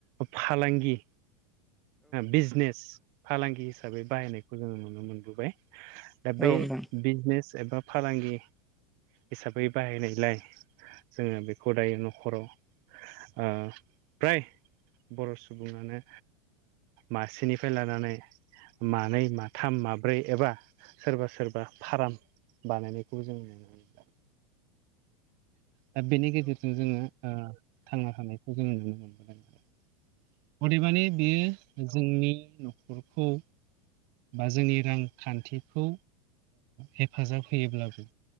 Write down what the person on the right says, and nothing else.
फालांगि बिजनेस फालांगि हिसाबै बाहायनायखौ जोंङो नुनो मोनबोबाय। दा
बै
बिजनेस एबा फालांगि हिसाबै बाहायनायलाय जोङो बेखौ दायो न'खराव फ्राय बर' सुबुङानो मासेनिफ्राय लानानै मानै माथाम माब्रै एबा सोरबा सोरबा फार्म बानायनायखौबो जों नुनो मोनला। दा बेनि गेजेरजों जोङो थांना थानायखौ जो नुनो मोनबोदों आरो। अदेबानि बेयो जोंनि न'खरखौ बा जोंनि रांखान्थिखौ हेफाजाब होयोब्लाबो